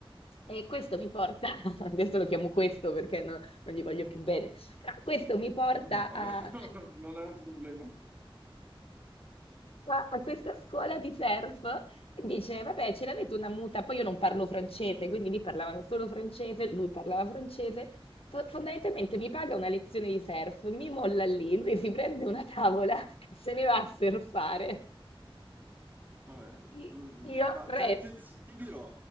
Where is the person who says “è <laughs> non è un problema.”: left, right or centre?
Right